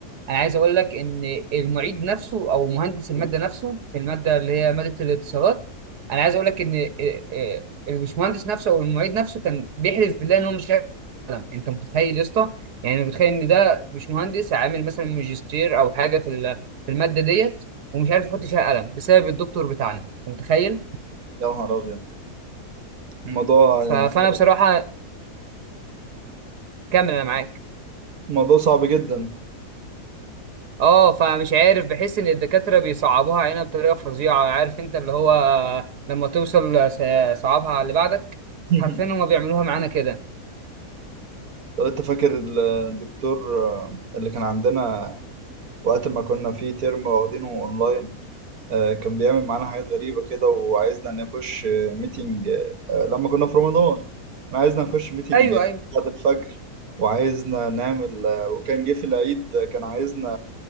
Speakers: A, on the right; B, on the right.
A: انا عايز اقول لك ان المعيد نفسه او مهندس الماده نفسه في الماده اللي هي ماده الاتصالات انا عايز اقول لك ان إيه- إيه، البشمهندس نفسه او المعيد نفسه كان بيحلف بالله ان هو مش هيعلم انت متخيل يا اسطى يعني متخيل ان ده بشمهندس عامل مثلا ماجستير او حاجه في ال- في الماده ديت ومش عارف يحط فيها قلم بسبب الدكتور بتاعنا انت متخيل
B: يا نهار أبيض الموضوع
A: ف-
B: صعب
A: فانا بصراحه كمل انا معاك
B: الموضوع صعب جدا
A: اه فمش عارف بحس ان الدكاتره بيصعبوها علينا بطريقه فظيعه عارف انت اللي هو لما توصل س- صعبها على اللي بعدك
B: <laughs>
A: حرفيا هما بيعملوها معانا كده
B: لو انت فاكر ال- الدكتور آه، اللي كان عندنا وقت ما كنا في ترم واخدينه اونلاين آه، كان بيعمل معانا حاجات غريبة كده وعايزنا نخش آه، ميتنج آه، لما كنا في رمضان كان عايزنا نخش ميتنج
A: ايوه ايوه
B: بعد الفجر وعايزنا نعمل آه، وكان جه في العيد آه، كان عايزنا